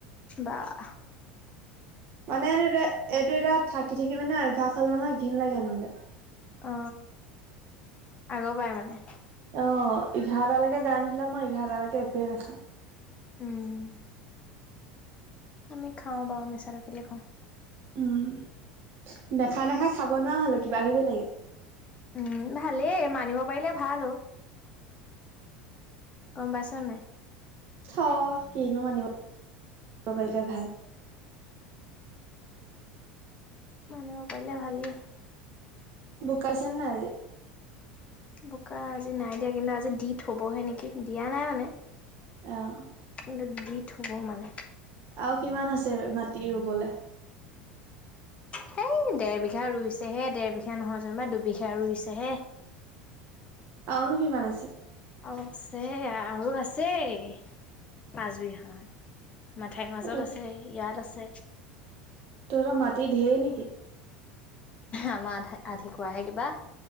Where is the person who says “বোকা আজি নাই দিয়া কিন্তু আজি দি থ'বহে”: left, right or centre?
Left